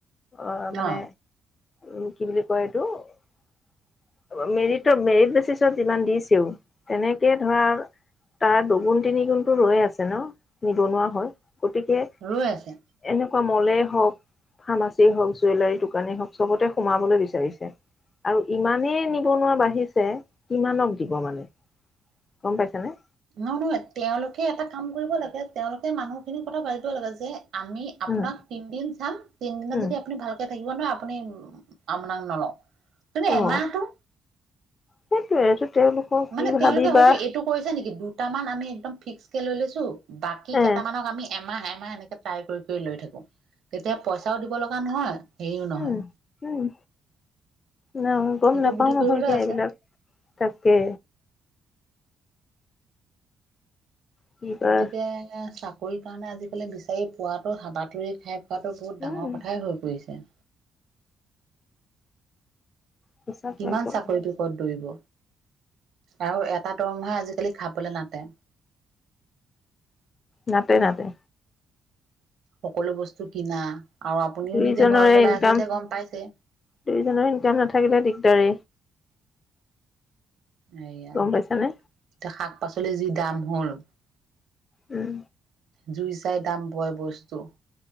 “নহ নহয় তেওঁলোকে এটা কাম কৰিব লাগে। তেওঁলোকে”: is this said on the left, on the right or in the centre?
Right